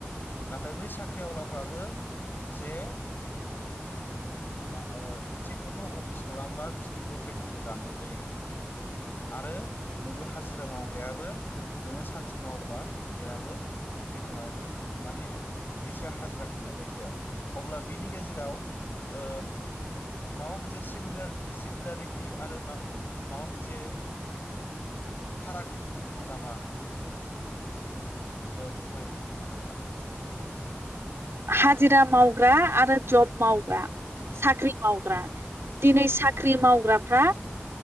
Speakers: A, on the left; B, on the right.
A: नाथाय बै साख्रियावला फ्राबो जे मा थिग मथ' अफिस खालामाब्ला बिसोरनिखौबो बेथनखौ दानाय जायो। आरो नैबे हाजिरा मावग्रायाबो - नोङो सानसे मावोब्ला बेनाबो बेथना माने फैसा हाजिराखौ मोननाय जाया। अब्ला बिनि गेजेराव ओ माबा मोनसे सिमिलार सिमिलारिटि आरो मा माबा मोनसे फाराग दं नामा बेखौ फोरमायनो हागोन नामा?
B: हाजिरा मावग्रा आरो जब माव- ग्रा
A: उम
B: साख्रि मावग्रा
A: उम
B: दिनै सा- ख्रि मावग्राफ्रा